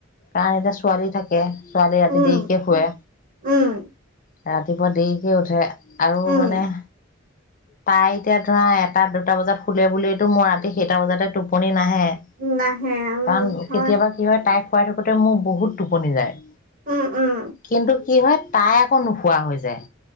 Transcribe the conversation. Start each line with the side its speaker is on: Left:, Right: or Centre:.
Left: কাৰণ এতিয়া ছোৱালী থাকে, ছোৱালী ৰাতি
Right: উম
Left: দেৰিকে শুৱে।
Right: উম।
Left: ৰাতিপুৱা দেৰিকে উঠে। আৰু
Right: উম
Left: মানে- তাই এতিয়া ধৰা এটা দুটা বজাত শুলে বুলিটো মোৰ ৰাতি সেইটা বজাতে টোপনি নাহে। কাৰণ
Right: নাহে উম হয়
Left: কেতিয়াবা কি হয় তাইক খোৱাই থাকোতে মোৰ বহুত টোপনি যায়।
Right: উম উম
Left: কিন্তু কি হয়, তাই আকৌ নোখোৱা হৈ যায়।